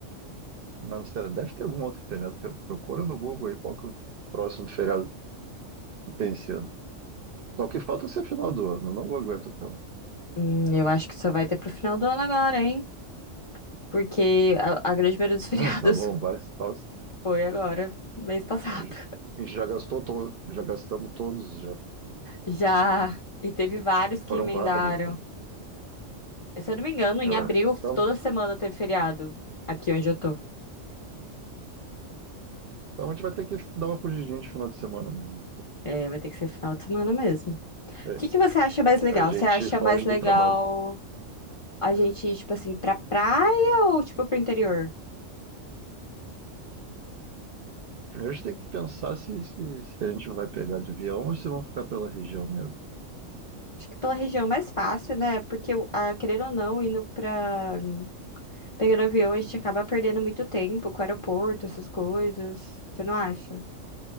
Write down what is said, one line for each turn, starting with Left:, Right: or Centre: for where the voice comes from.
Right: Mas, sério, deve ter algum outro feriado. Procura no Google aí qual que é o próximo feriado que tem esse ano. Só que falta ser final do ano, eu não aguento até lá.
Left: Hum, eu acho que só vai ter pro final do ano agora, hein? Porque a, a grande maioria dos <laughs> feriados
Right: Ah, tá bom, vai. só-
Left: foi agora, mês passado.
Right: A gente a gente já gastou todo, já gastamos todos já.
Left: Já. E teve vários
Right: E
Left: que
Right: foram
Left: emendaram.
Right: vários, né?
Left: Se eu não me engano, em
Right: Ah,
Left: abril,
Right: então,
Left: toda semana teve feriado aqui onde eu tô.
Right: então a gente vai ter que dar uma fugidinha de final de semana mesmo.
Left: É, vai ter que ser final de semana mesmo. O
Right: É,
Left: que que você acha mais legal?
Right: A gente
Left: Você acha
Right: foge
Left: mais legal
Right: do trabalho.
Left: a gente ir, tipo assim, pra praia ou, tipo, pro interior?
Right: Primeiro a gente tem que pensar se, se, se a gente vai pegar de avião ou se vão ficar pela região mesmo.
Left: Acho que pela região é mais fácil, né? Porque, ah, querendo ou não, indo pra Pegando avião, a gente acaba perdendo muito tempo com o aeroporto, essas coisas. Você não acha?